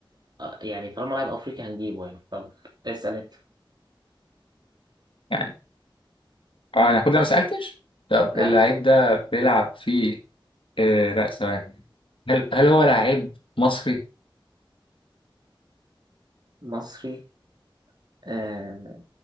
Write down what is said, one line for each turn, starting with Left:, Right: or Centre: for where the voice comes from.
Right: ب... يعني طالما لاعب افريقي هنجيبه يعني طب اسال انت
Left: يعني اه انا كنت ما سالتش طب
Right: لا
Left: اللعيب ده بيلعب في آه لا ثواني هل هل هو لعيب مصري؟
Right: مصري آه...